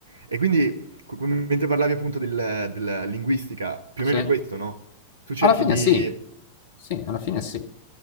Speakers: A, on the right (about 70°); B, on the left (about 55°).
A: E quindi qu- qu- mentre parlavi appunto del- della linguistica, più
B: sì.
A: o meno è questo, no? Tu cerchi
B: Alla fine
A: di
B: sì, sì, alla fine sì.